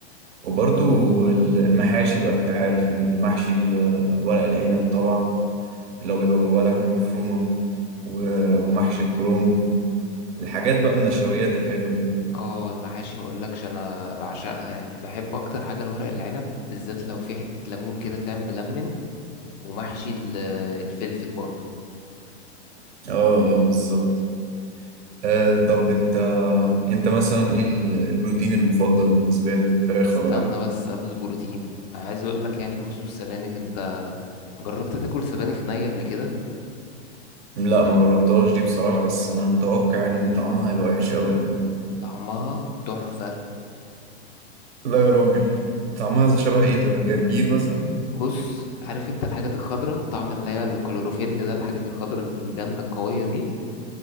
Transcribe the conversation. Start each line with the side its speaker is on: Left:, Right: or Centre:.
Right: وبرضو ال- المحاشي بقى انت عارف يعني المحشي ال- الورق العنب طبعا اللي هو بيبقى جواه لحمة مفرومة و- ومحشي الكرنب الحاجات بقى النشويات الحلوة دي
Left: اه المحاشي ما اقولكش انا بعشقها يعني بحب اكتر حاجة الورق العنب بالذات لو في حتة ليمون كده فاهم ملمن ومحشي ال- الفلفل برضه
Right: اه اه بالظبط آه طب انت انت مثلا ايه ال- البروتين المفضل بالنسبة لك فراخ
Left: استنى
Right: ولا لحم؟
Left: بس قبل البروتين عايز اقول لك يعني بخصوص السبانخ انت جربت تاكل سبانخ نية قبل كده
Right: لا ما جربتهاش دي بصراحة بس انا متوقع يعني ان طعمها هيبقى وحش قوي اكيد
Left: طعمها تحفة
Right: لا يا راجل طعمها زي- شبه ايه طب الجرجير مثلا
Left: بص عارف انت الحاجات الخضراء طعم اللي هي الكلوروفيل ده الحاجات الخضراء الجامدة القوية دي